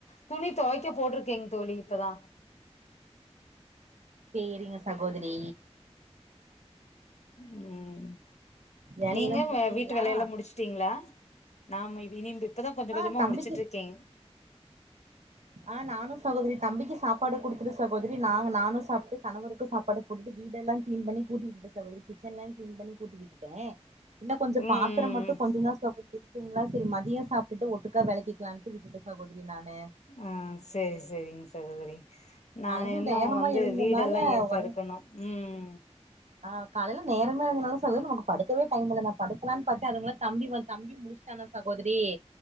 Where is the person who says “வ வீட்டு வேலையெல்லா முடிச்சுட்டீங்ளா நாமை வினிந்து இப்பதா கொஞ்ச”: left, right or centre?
Left